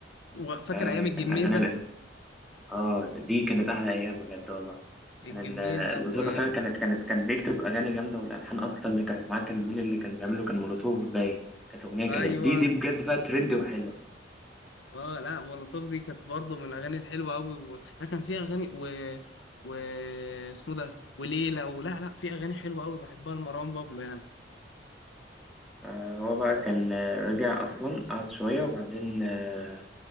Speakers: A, on the left; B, in the centre.
A: وفاكر
B: آه،
A: ايام الجميزة
B: كان أغاني ال- آه دي كانت أحلى أيام بجد والله
A: الجميزة
B: كان ال- الموسيقى
A: و...
B: فيها كانت كانت كان بيكتب أغاني جامدة والألحان أصلا اللي كانت معاه كان مين اللي كان بيعمله كان مولوتوف باين كانت أغنية
A: ايوه
B: كانت دي دي بجد بقى ترند وحلوة
A: اه لا مولوتوف دي كانت برضه من الاغاني الحلوه قوي و... لا كان فيها اغاني و و اسمه ده وليلى ولا لا في اغاني حلوه قوي بحبها لمروان بابلو يعني
B: آه، هو بقى كان آه، رجع أصلا قعد شوية وبعدين آه،